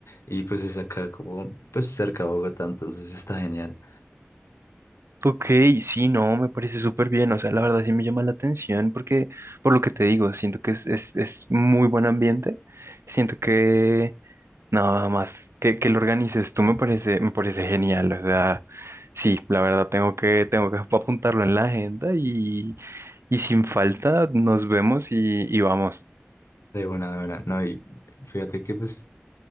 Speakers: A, on the left; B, on the right.
A: Y pues es acá como, pues cerca de Bogotá, entonces está genial.
B: Ok, sí, no, me parece súper bien, o sea, la verdad sí me llama la atención porque, por lo que te digo, siento que es, es, es muy buen ambiente, siento que nada más que, que lo organices tú me parece, me parece genial, o sea, sí, la verdad tengo que, tengo que apuntarlo en la agenda y, y sin falta nos vemos y, y vamos.
A: De buena, de buena. No, y fíjate que pues